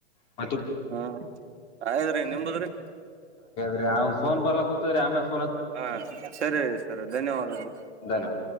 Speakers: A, on the left; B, on the right.
A: ರಿ
B: ಹಾ ಆಗ್ಯಾದ್ರೀ ನಿಮ್ದದ್ರಿ.
A: ಯಾ ಫೋನ್ ಬರಕುತ್ತಿರಾ ಯಮರ
B: ಹಾ ಸರಿ ಸರ್ ಧನ್ಯವಾದಗಳು,
A: ಧನ್ಯವಾದ.